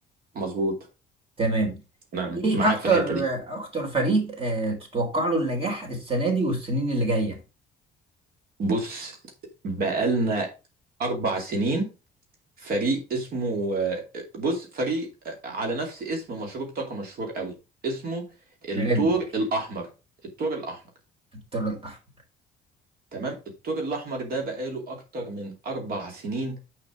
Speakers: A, on the right; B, on the right.
A: مظبوط
B: تمام
A: نعم
B: ايه
A: معاك
B: اكتر
A: في الحتة دي
B: اكتر فريق آه تتوقع له النجاح السنة دي والسنين اللي جاية
A: بص بقالنا أربع سنين فريق اسمه آه، بص فريق آه، على نفس اسم مشروب طاقة مشهور قوي اسمه الثور
B: ريد بول
A: الأحمر الثور الأحمر
B: الطر الاحمر
A: تمام الثور الأحمر ده بقاله أكتر من أربع سنين